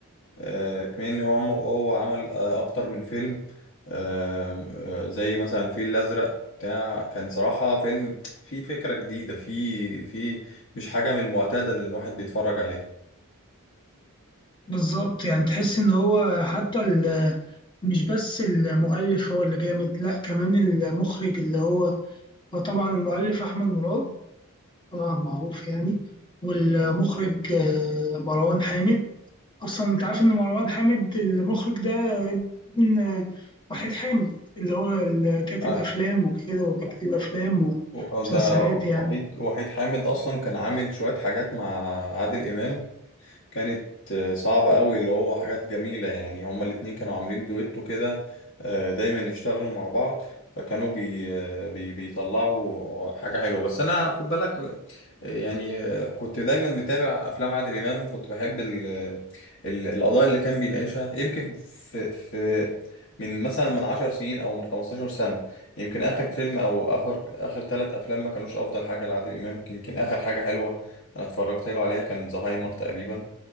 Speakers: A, on the left (about 60°); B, on the left (about 20°).
A: آه، كمان ان هو هو عمل آه، اكتر من فيلم آه، آه، زي مثلا الفيل الازرق بتاع كان صراحة فيلم فيه فكرة جديدة فيه فيه مش حاجة من المعتادة اللي الواحد بيتفرج عليها
B: بالظبط يعني تحس ان هو حتى ال- مش بس المؤلف هو اللي جامد لا كمان المخرج اللي هو هو طبعا المؤلف احمد مراد طبعا معروف يعني والمخرج آه، مروان حامد اصلا انت عارف ان مروان حامد المخرج ده ابن وحيد حامد اللي هو اللي كاتب
A: آه،
B: افلام وكده وبيكتب افلام
A: و-
B: ومسلسلات
A: ده وحيد
B: يعني
A: وحيد حامد اصلا كان عامل شوية حاجات مع عادل امام كانت آه، صعبة قوي اللي هو حاجات جميلة يعني هما الاتنين كانوا عاملين دويتو كده آه، دايما يشتغلوا مع بعض فكانوا بي آه، بي بيطلعوا حاجة حلوة بس أنا خد بالك آه، يعني آه، كنت دايما متابع أفلام عادل إمام كنت بحب ال ال القضايا اللي كان بيناقشها يمكن في في من مثلا من 10 سنين أو من 15 سنة يمكن آخر فيلم أو آخر آخر ثلاث أفلام ما كانوش أفضل حاجة لعادل إمام يمكن آخر حاجة حلوة أنا اتفرجت له عليها كان زهايمر تقريبا